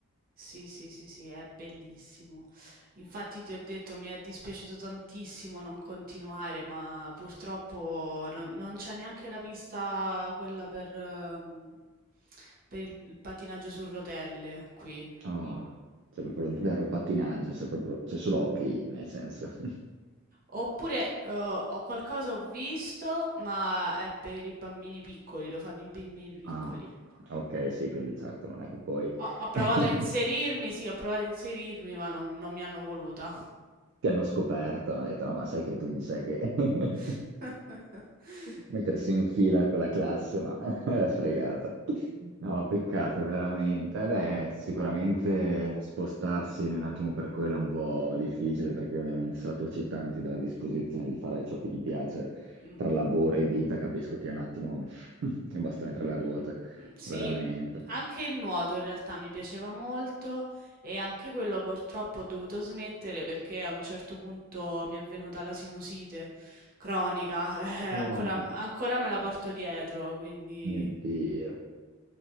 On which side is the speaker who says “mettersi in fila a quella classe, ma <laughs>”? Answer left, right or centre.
Right